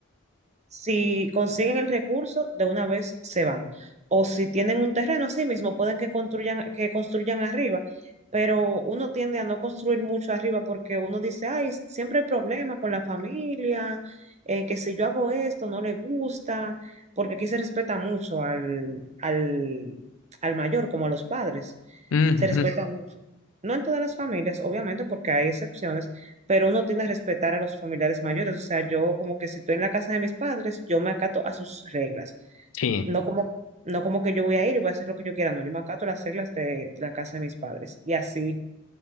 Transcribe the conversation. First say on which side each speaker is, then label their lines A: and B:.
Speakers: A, on the right; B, on the left.
A: Si consiguen el recurso, de una vez se van. O si tienen un terreno así mismo, pueden que construyan, que construyan arriba. Pero uno tiende a no construir mucho arriba porque uno dice, ay, siempre hay problemas con la familia, eh, que si yo hago esto no le gusta, porque aquí se respeta mucho al, al, al mayor, como a los padres.
B: ujú,
A: Se
B: ujú,
A: respeta mucho. No en todas las familias, obviamente, porque hay excepciones pero uno tiende a respetar a los familiares mayores. O sea, yo como que si estoy en la casa de mis padres, yo me acato a sus reglas.
B: Sí.
A: No como, no como que yo voy a ir y voy a hacer lo que yo quiera, no, yo me acato a las reglas de, de la casa de mis padres y así